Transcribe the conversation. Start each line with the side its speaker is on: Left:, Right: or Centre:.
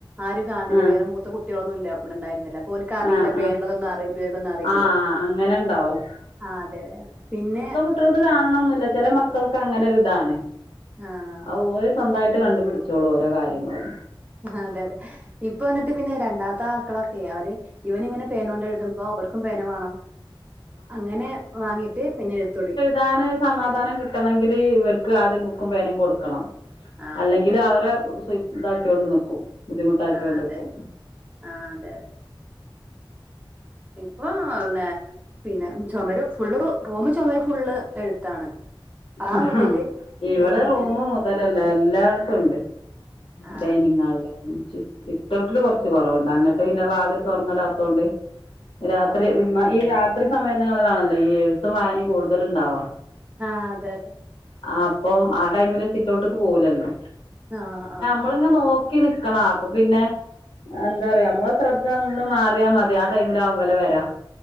Right: ആരും കാൺണില്ല
Left: ആഹ്
Right: വേറെ മു ത്ത കുട്ടിയളൊന്നുല്ല ഇവടണ്ടായിരുന്നില്ല ഓൻക്ക് അറീല
Left: ആഹ്
Right: പേണതൊന്നും
Left: ആഹ്
Right: അറി ഉപയോഗന്നും അറീലല്ലോ
Left: ആഹ് അങ്ങനെണ്ടാവും
Right: ആ അതെ അതെ പിന്നെ
Left: ട്ടർത് കാണണംന്ന്ല്ല ചെല മക്കൾക്ക് അങ്ങനെ ഒര്താണ്
Right: ആഹ്
Left: അ ഓല് സ്വന്തായിട്ട് കണ്ടുപിടിച്ചോളൂ ഓരോ കാര്യങ്ങള്
Right: ആ അതെ അതെ ഇപ്പൊന്നട്ട് പിന്നെ രണ്ടാമത്തെ മക്കളൊക്കെ അവര് ഇവന് ഇങ്ങനെ പേനോണ്ട് എഴുതുമ്പോ അവർക്കും പേന വാണം അങ്ങനെ വാങ്ങീട്ട് പിന്നെ എഴുത്ത് തോടങ്ങി
Left: ധാന ഒര് സമാധാനം കിട്ടണങ്കില് ഇവര്ക്ക് ആദ്യം ബുക്കും പേനിം കൊട്ക്കണം
Right: ആ
Left: അല്ലെങ്കില്
Right: അതെ.
Left: അവരെ സു ഇതാക്കിയൊണ്ട് നിക്കും ബുദ്ധിമുട്ടാക്കിയോണ്ട്
Right: ആ അതെ
Left: നിക്കും
Right: ആ അതെ അതെ ഇപ്പൊ ന്നെ പിന്നെ ചോമര് ഫുള്ള് റു റുമും ചോമര് ഫുള്ള് എഴുത്താണ് ആ
Left: അഹാ
Right: മുതല്
Left: ഇവള്
Right: പിന്നെ
Left: റുമ് മൊ ഇതലല്ല എല്ലാട്ത്തും ഉണ്ട്
Right: ആ.
Left: ഡൈനിങ് ഹാൾലും സിറ്റ് ഔട്ട്ല് കൊർച്ച് കോറവ്ണ്ട് അങ്ങട്ട് പിന്നെ വാത് ല് തൊർന്ന് ഇടാത്തൊണ്ട് രാത്രി
Right: ആ.
Left: ഈ രാത്രി സമയ നിങ്ങളിലാണല്ലോ ഈ എഴുത്തും വായനിം കൂടുതല്ണ്ടാവാ
Right: ആ അതെ അതെ
Left: അപ്പം ആ ടൈമ് ല് സിറ്റ് ഔട്ട്ക്ക് പോവുലല്ലോ
Right: ആ ആ
Left: നമ്മള് ഇങ്ങൻ നോക്കി നിക്കണ അപ്പൊ പിന്നെ എന്താറിയോ നമ്മള ശ്രദ്ധ ഒന്ന് മാറിയാ മതി ആ ടൈമ് ലാവും ഇവല വര